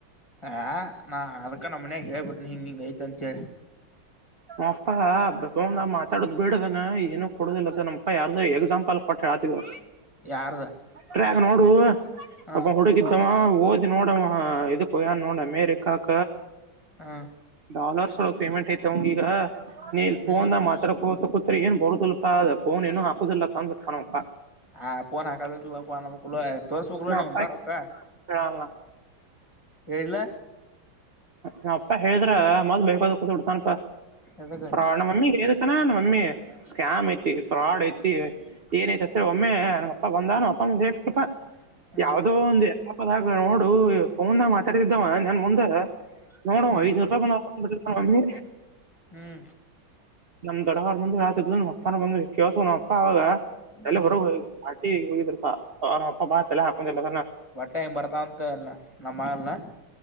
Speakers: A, on the left; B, on the right.
A: ಹ ನಾ ಅದಕ್ಕ ನಮ್ ಮನ್ಯಾಗ ಹೇಳ್ಬಿಟ್ಟೆನಿ ಹಿಂಗ ಹಿಂಗ ಐತಿ ಅಂತ ಹೇಳಿ
B: ನಮ್ಮಪ್ಪ ಫೋನ್ದಾಗ್ ಮಾತಾಡುದ ಬಿಡಂತಂದಾನ್ ಏನು ಕೊಡುದಿಲ್ಲ ನಮ್ಮಪ್ಪ ಯಾರು ಎಕ್ಸಾಂಪಲ್ ಕೊಟ್ಟ ಹೇಳತಿದ್ದ
A: ಯಾರ್ದ
B: ಟ್ರ್ಯಾಕ್ಟರ್ನ್ಯಾಗ ನೋಡು
A: ಹ
B: ಅ ಹುಡುಗಿದ್ದ ಓದಿ ನೋಡವಾ ಇದುಕ್ ಹೋಗ್ಯಾನ್ ನೋಡ ಅಮೇರಿಕಾಕ
A: ಹ
B: ಡಾಲರ್ಸ್ ಒಳಗೆ ಪೇಮೆಂಟ್ ಐತ ಅವಂಗ ಈಗ ನೀ ಇಲ್ ಫೋನ್
A: ಹ್ಮ್
B: ಮಾತಾಡಕೊಂತ ಕೂತ್ರ ಈಗ ಏನ್ ಬರು ಇಲ್ಲ ಪಾ ಅದ್ ಫೋನ್ಏನು ಹಪುದಿಲ್ಲಪಾ ಅಂದಬಿಟ್ಟ ನಮ್ಮಪ್ಪ
A: ಹಾ ಪೋನ್ ಹಕ ಪೋನ ಮುಕ್ಲ ತ ಮುಕ್ಲ
B: ನಮ್ಮಪ್ಪ
A: ನೀ ಬಾರ ಕ
B: ಹೇಳಲ್ಲ
A: ಕೇಳಲ
B: ನ ಅಪ್ಪ ಹೇಳಿದ್ರ ಮದ್ ಬೇಕದ ಕೂತ್ಡ್ತಾನಪಾ
A: ಎದಕ್ಕ
B: ಫಾಡ್ ನ ಮಮ್ಮಿಗೆದ ಅಣ್ಣಾ ನಮ್ ಮಮ್ಮಿ ಸ್ಕ್ಯಾಮ್ ಐತಿ ಫ್ರಾಡ್ ಐತಿ ಏನ ಐತೆತ್ ಒಮ್ಮೆ ನಮ್ಮ ಅಪ್ಪ ಬಂದಾನು ಅಪ್ಪ ಹೇಳ್ಪ್ಪಾ
A: ಹ್ಮ್
B: <unintelligible> ಯಾವ್ದೋ ಒಂದು ಆಪ್ದಾಗ ನೋಡು ಫೋನ್ದಾಗ ಮಾತಾಡತಿದ್ದವ ನನ್ ಮುಂದೆ ನೋಡ
A: ಹ್ಮ್
B: ಐದನೂ ರೂಪಾಯ ರೂಪಮ್ಮಿ
A: ಹ್ಮ್
B: ನಮ್ಮ್ ದಡವರ ಬಂದು ಯ ನಮ್ಮ ಅಪ್ಪ ಬಂದು ವ್ಯ ನಮ್ಮ ಅಪ್ಪ ಅವಾಗ ಅಲ್ಲಿ
A: ಹ್ಮ್
B: ಹೊರಗೆಿ ಪ್ಪಲ್ಲ ಹಕಲ್ಲ
A: ಹೊಟ್ಟೆ ಹೆ ಬರ್ತಾಂತ ನಮ್ಮಮ್ಮಾಗಲ್ನ